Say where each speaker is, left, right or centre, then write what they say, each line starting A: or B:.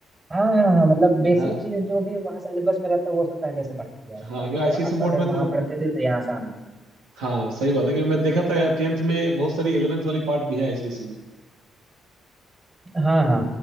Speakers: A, on the right; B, on the right.
A: हाँ हाँ हाँ मतलब बेसिक
B: हाँ
A: चीज जो भी वहाँ सिलेबस में रहता है वो सब पहले से पढ़ा दिया रहता
B: हाँ
A: है
B: क्यों
A: मतलब
B: आईसीएसई
A: आप अगर
B: बोर्ड में तो
A: वहाँ पढ़ते थे तो यहाँ आसान हो
B: हाँ सही बात है क्योंकि मैं देखा था यार टेंथ में बहुत सारी 11th वाली पार्ट भी है आईसीएसई में
A: हाँ हाँ हाँ।